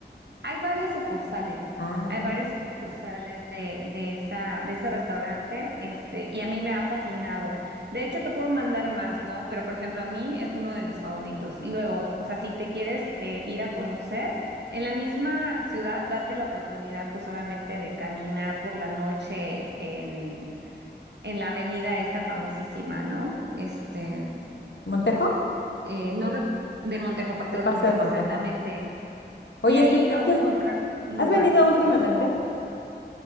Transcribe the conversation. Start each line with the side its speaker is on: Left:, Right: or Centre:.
Right: hay varias sucursales,
Left: Ah,
Right: hay varias sucursales de, de esa, de ese restaurante, este, y a mí me ha fascinado. De hecho, te puedo mandar más, ¿no? Pero, por ejemplo, a mí es uno de mis favoritos. Y Luego, o sea, si te quieres eh, ir a conocer, en la misma ciudad, date la oportunidad, pues obviamente, de caminar por la noche en, en la avenida esta famosísima, ¿no? Este,
Left: ¿Montejo?
Right: eh, no re- de Montejo, Paseo
Left: El Paseo
Right: de Montejo,
Left: de Montejo.
Right: exactamente.
Left: Oye,
Right: Y ahí
Left: Su,
Right: te
Left: entonces,
Right: vas a encontrar lugarcitos.
Left: ¿has venido últimamente?